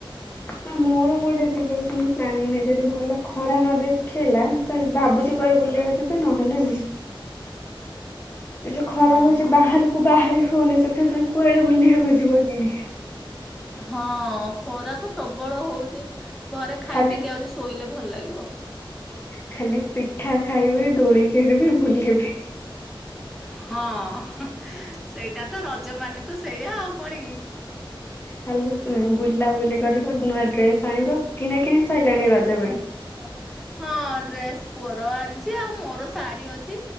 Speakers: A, on the left (about 25°); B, in the centre.
A: ନା ମୋର କୁଆଡେ ଯିବାକୁ ସେମିତି ପ୍ଲାନିଂ ନାହିଁ, ଯଦି ଭଲ ଖରା ନ ଦେଖେଇଲା ତ ଭାବୁଛି କୁଆଡ଼େ ବୁଲିବାକୁ
B: ହଁ।
A: ଯିବେ, ନହେଲେ ନାହିଁ। ଏ ଯେ ଖରା
B: ଓହୋ
A: ହଉଛି ବାହାରକୁ ବାହାରି ହଉନି ସେଥି ପୁଣି କୁଆଡେ ବୁଲିବାକୁ ଯିବ କି?
B: ହଁ ଖରା ତ ପ୍ରବଳ ହଉଛି, ଘରେ ଖାଇ
A: ଖାଲି
B: ପିଇକି ଆହୁରି ଶୋଇଲେ ଭଲ ଲାଗିବ।
A: ଖାଲି ପିଠା ଖାଇବେ, ଦୋଳିି ଖେଳିବେ, ବୁଲିବେ।
B: ହଁ ସେଇଟା ତ ରଜ ମାନେ ତ ସେଇଆ ଆଉ କଣ କି।
A: ଖାଲି ସେ ବୁଲା ବୁଲି କରିବ, ନୂଆ ଡ୍ରେସ୍ ଆଣିବ। କିଣା କିଣି ସଇଲାଣି ରଜ ପାଇଁ?
B: ହଁ ହଁ ଡ୍ରେସ୍ ପୁଅର ଆଣିଛି, ଆଉ ମୋର ଶାଢ଼ୀ ଅଛି।